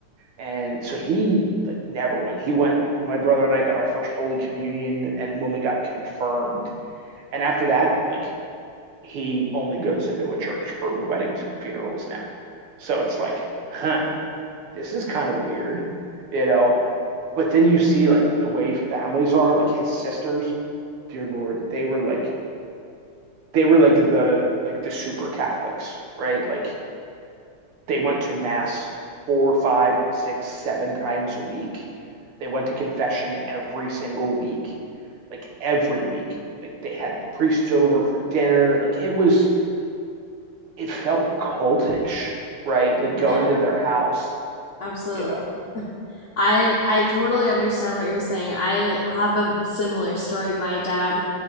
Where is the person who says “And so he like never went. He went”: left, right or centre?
Right